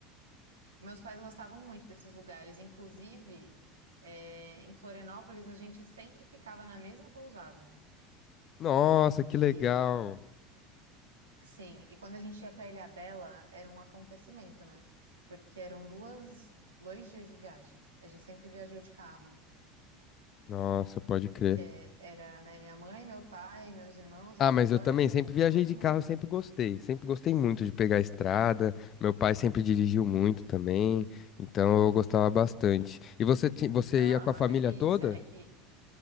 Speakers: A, on the right (about 80°); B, on the left (about 40°).
A: Meus pais gostavam muito desses lugares. Inclusive, é, em Florianópolis, a gente sempre ficava na mesma pousada.
B: Nossa, que
A: E
B: legal.
A: Sim, e quando a gente ia para Ilhabela, era um acontecimento, né? Porque eram duas, dois dias de viagem. A gente sempre viajou de carro,
B: Nossa, pode crer.
A: porque era, né, minha mãe, meu pai, meus irmãos,
B: Ah,
A: minha
B: mas
A: avó,
B: eu também
A: era
B: sempre
A: to-
B: viajei
A: todo
B: de
A: mundo.
B: carro, sempre gostei. Sempre gostei muito de pegar a estrada. Meu pai sempre dirigiu muito também, então eu gostava bastante. E você, ti- você
A: Não,
B: ia com
A: é uma
B: a família
A: delícia.
B: toda?
A: É que,